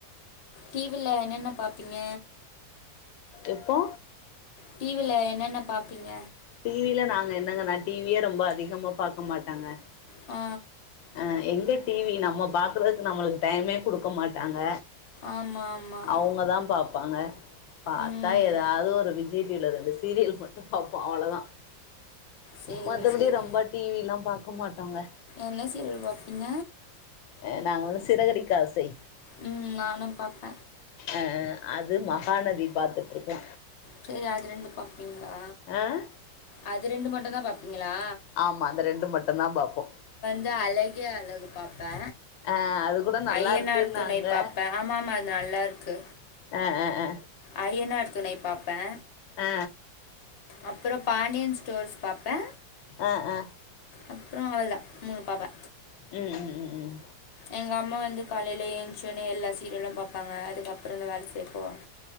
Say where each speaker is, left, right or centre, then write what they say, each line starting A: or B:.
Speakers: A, on the left (about 45°); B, on the left (about 80°).
A: டி வி ல என்னென்ன பாப்பீங்க
B: எப்போ
A: டி வி ல என்னென்ன பாப்பீங்க
B: டி வி ல நாங்க என்னங்க நா டி வி யே ரொம்ப அதிகமா பாக்க மாட்டங்க
A: ஆ
B: அ எங்க டி வி நம்ம பாக்குறதுக்கு நம்மளுக்கு டைமே குடுக்க மாட்டாங்க
A: ஆமாம் ஆமாம்
B: அவுங்கதான் பாப் பாங்க பாத்தா
A: ம்
B: ஏதாது ஒரு விஜய் டி வி ல ரெண்டு சீரியல் மட்டு பா போ அவ்ளதா
A: சேரி
B: மத்தபடி
A: சேரி
B: ரொம்ப டி வி ல்லா பாக்க மாட்டோங்க
A: என்ன சீரியல் பாப்பீங்க
B: அ நாங்க வந்து சிறகடிக்க ஆசை
A: ம் நானும் பாப்ப
B: அ அது மகாநதி பாத்துட்ருக்கோ
A: ட்ரேரி அது ரெண்டு பாப்பீங்ளா
B: அ
A: அது ரெண்டு மட்டுந் தா பாப்பீங்களா
B: ஆமா அந்த ரெண்டு மாட்டுந் தா பாப்போ
A: தெ அலகியே அலகு பாப்போ
B: அ அது கூட நல்லா
A: ஐயனார்
B: இருக்குன்னாங்க
A: துணை பாப்பே ஆமாம்மா அது நல்லா இருக்கு
B: அ அ அ
A: ஐயனார் துணை பாப்பே
B: ஆ
A: அப்புறம் பாடியன் ஸ்டோர்ஸ் பாப்போ
B: அ ஆ
A: அப்புறோ அதள மூ பாப்போ
B: ம் ம் ம் ம்
A: எங்க அம்மா வந்து காலையில ஏய்ந்ச்சுனே எல்லா சீரியலூ பாப்பாங்க அதுக்கப்புறோ தா வேல செய்ய போவோங்க